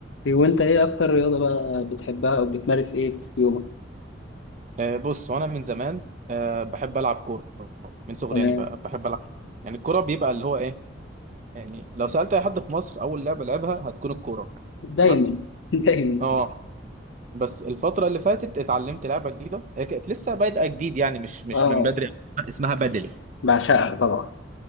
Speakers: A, on the left; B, on the right.
A: إيه وانت ايه اكتر رياضة بقى بتحبها او بتمارس ايه في يومك
B: آه، بص وانا من زمان آه، بحب العب كوره من صغري
A: انا
B: يعني ب- بحب العب يعني الكوره بيبقى اللي هو ايه يعني لو سالت اي حد في مصر اول لعبه لعبها هتكون الكوره
A: دايما
B: تمام
A: <laughs> دايما
B: اه بس الفتره اللي فاتت اتعلمت لعبه جديده هي كانت لسه بادئه جديد يعني مش مش
A: اه
B: من بدري اسمها بدل
A: بعشقها طبعا